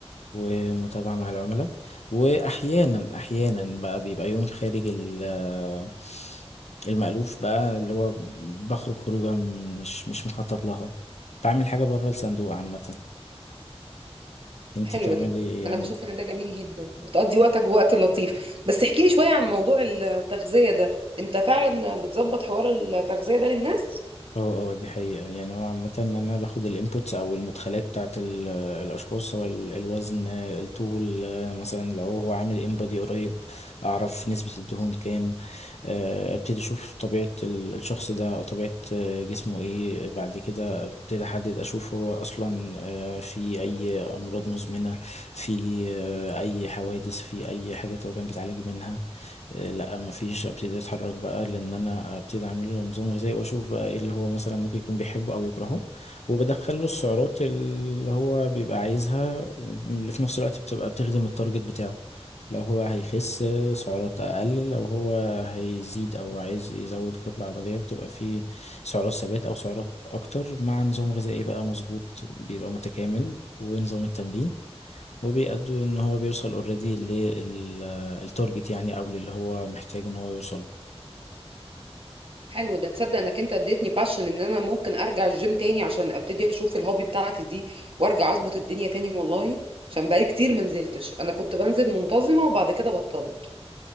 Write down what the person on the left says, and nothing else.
ومتابعة مع العملاء وأحيانا أحيانا بقى بيبقى يوم خارج ال- آه، المألوف بقى اللي هو بخرج خروجة مش مش مخطط لها بعمل حاجة بره الصندوق عامة انتي
بتعملي
ايه
اه اه دي حقيقة يعني هو عامة ان انا باخد الانبوتس او المدخلات بتاعت ال- الاشخاص سواء ال- الوزن الطول آه، مثلا لو هو عامل ان بودي قريب اعرف نسبة الدهون كام آه، ابتدي اشوف طبيعة ال- الشخص ده او طبيعة آه، جسمه ايه بعد كده ابتدي احدد اشوف هو اصلا آه، في اي امراض مزمنة في آه، اي حوادث في اي حاجات هو كان بيتعالج منها إيه، لا ما فيش ابتدي اتحرك بقى لان انا ابتدي اعمل له نظام غذائي واشوف بقى ايه اللي هو مثلا ممكن يكون بيحبه او يكرهه وبدخل له السعرات اللي هو بيبقى عايزها اللي في نفس الوقت بتبقى بتخدم التارجت بتاعه لو هو هيخس سعرات اقل لو هو هيزيد او عايز يزود كتلة عضلية بتبقى فيه سعرات ثبات او سعرات اكتر مع نظام غذائي بقى مظبوط بيبقى متكامل ونظام التمرين وبيأدوا ان هو بيوصل اوريدي للتارجت يعني او للي هو محتاج ان هو يوصل